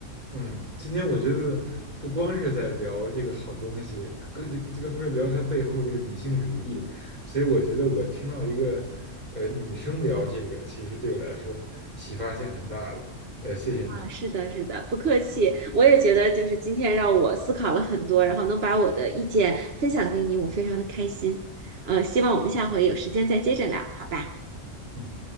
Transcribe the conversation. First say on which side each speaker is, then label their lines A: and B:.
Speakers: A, on the right; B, on the right.
A: 嗯，今天我觉得不光是在聊这个好东西，更这这更多是聊它背后这个女性主义。所以我觉得我听到一个呃女生聊这个，其实对我来说启发性很大的。呃，谢谢您。
B: 啊，是的，是的，不客气，我也觉得就是今天让我思考了很多，然后能把我的意见分享给你，我非常的开心，呃，希望我们下回有时间再接着聊，好吧？
A: 嗯。